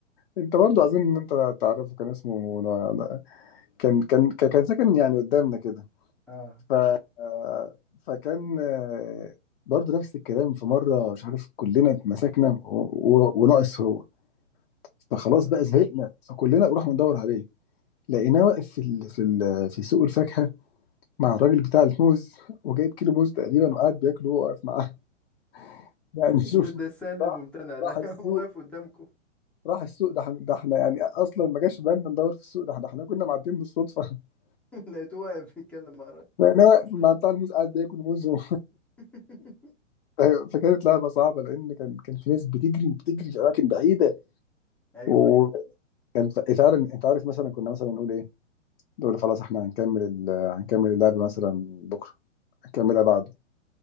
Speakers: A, on the left; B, in the centre.
A: انت برضه اظن ان انت تعرفه كان اسمه نا- كان كان كان ساكن يعني قدامنا كده
B: <laughs> اه
A: ف آه، فكان آه، برضه نفس الكلام في مره مش عارف كلنا اتمسكنا و- و- وناقص هو فخلاص
B: اه
A: بقى زهقنا فكلنا نروح ندور عليه لقيناه واقف في ال... في ال... في سوق الفاكهه مع الراجل بتاع الموز وجايب كيلو موز تقريبا وقاعد بياكله وهو واقف معاه <laughs> يعني
B: ده,
A: شوف
B: ده السهل الممتنع
A: راح
B: ده
A: راح السوق
B: <laughs> هو واقف قدامكم
A: راح السوق ده احنا- ده احنا يعني اصلا ما جاش في بالنا ندور في السوق ده احنا احنا كنا معديين بالصدفه <laughs>
B: <laughs> لقيته واقف بيتكلم مع الراجل.
A: لقيناه واقف مع بتاع الموز قاعد بياكل موز <laughs> و...
B: <laughs>
A: أيوة، فكانت لعبه صعبه لان كان كان في ناس بتجري بتجري في اماكن بعيده
B: ايوه
A: وكان
B: ايوه
A: ف- فعلا انت عارف مثلا كنا مثلا نقول ايه دول خلاص احنا هنكمل ال... هنكمل اللعب مثلا بكره هنكملها بعده